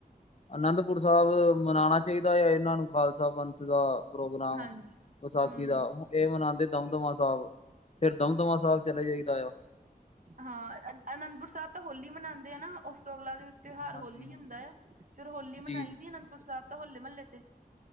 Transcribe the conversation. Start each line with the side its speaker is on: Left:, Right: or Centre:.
Left: ਅਨੰਦਪੁਰ ਸਾਹਿਬ ਮਨਾਣਾ ਚਾਹੀਦਾ, ਆ ਇਹਨਾਂ ਨੂੰ ਖਾਲਸਾ ਪੰਥ ਦਾ ਪ੍ਰੋਗਰਾਮ
Right: ਹਾਂਜੀ
Left: ਵਿਸਾਖੀ
Right: ਹਮ
Left: ਦਾ ਇਹ ਮਨਾਦੇ ਦਮਦਮਾ ਸਾਹਿਬ ਫੇਰ ਦਮਦਮਾ ਸਾਹਿਬ ਚਲੇ ਜਾਈਦਾ ਆ।
Right: ਹਾਂ ਅਨੰਦਪੁਰ ਸਾਹਿਬ ਤਾਂ ਹੋਲੀ ਮਨਾਦੇ ਆ ਨਾ ਉਸ ਤੋਂ ਅਗਲਾ ਤਿਉਹਾਰ
Left: ਹਾਂਜੀ
Right: ਹੋਲੀ ਹੀ
Left: ਹਾਂਜੀ
Right: ਹੁੰਦਾ ਆ, ਫੇਰ ਹੋਲੀ
Left: ਜੀ
Right: ਮਨਾਈ ਦੀ ਅਨੰਦਪੁਰ ਸਾਹਿਬ ਤਾਂ ਹੋਲੇ ਮਹੱਲੇ ਤੇ